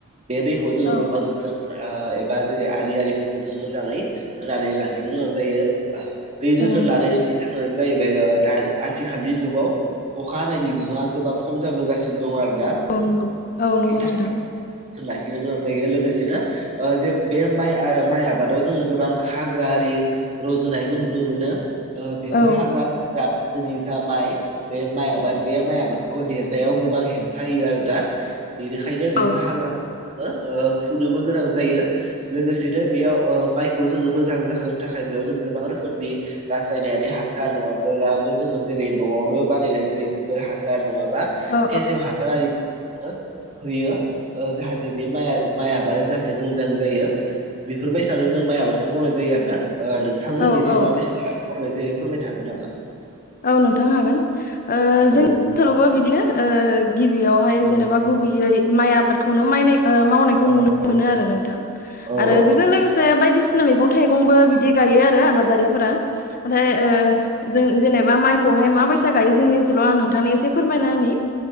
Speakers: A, on the right (about 30°); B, on the left (about 40°).
A: बे दै दैखौ जोंङो
B: औ
A: गोबां जोथोन ओ एबा जेरै आलि आरिफोरखौ जों मोजाङै होनानै लाखिनो गोनां जायो ओ दै जोथोन
B: औ
A: लालायनानै जों जाहोनानो जाहैबाय दा आथिखालनि जुगाव अखा हानायनि बिबांआ गोबां खम जाबोगासिनो दं आरोना बेनि
B: औ नंगौ औ नंगौ
A: थाखाय
B: नोंथां
A: जोथोन लाखिनो गोनां जायो लोगोसेनो ओ जे बे माइ माइ आबादाव जोङो गोबां हाग्रा आरि रज'नायबो नुनो मोनो बेफोर
B: औ
A: हाग्रा आरिफ्रा जोंनि जा माइ बे माइ आबाद बे माइ आबादखौ देरनायाव गोबां हेंथायो आरोना बेनिखायनो
B: औ
A: बेफोर हाग्राफोरखो फुनोबो गोनां जायो लोगोसेनो बेयाव ओ माइखौ जोङो मोजां जाहोनो थाखाय बेयाव जों गोबां रोखोमनि रासायनारि हासार नङाब्लाबो जोङो जेरै न'आवनो बानायनाय जेरै गोबोर हासार नङाबा
B: औ
A: फेसेव हासार आरि जोङो होयो जाहाथे नै बे माया माय आबादा जाहाथे मोजां जायो। बेफोरबायसानो जों माइ आबादखौ मावनाय जायो आरो ओ नों थांमोननिथिं
B: औ औ
A: माबायसा मावनाय जायो फोरमायनो हागोन नामा?
B: औ नोंथां हागोन ओ जों
A: औ
B: ओनसोलावबो बिदिनो ओ गिबियावहाय
A: औ
B: जेनेबा गुबैयै माइ आबादखौनो माइ ओ मावनायखौ
A: औ
B: नुनो
A: औ
B: मोनो आरो नोंथां
A: औ
B: आरो
A: औ
B: बेजों लोगोसे बायदिसि सिना मैगं थाइगंबो बिदि गायो आरो आबादारिफोरा नाथाय ओ जों जेनेब बा माइखौहाय माबायसा गायो जोंनि ओनसोलाव आं नोंथांनो एसे फोरमायना होनि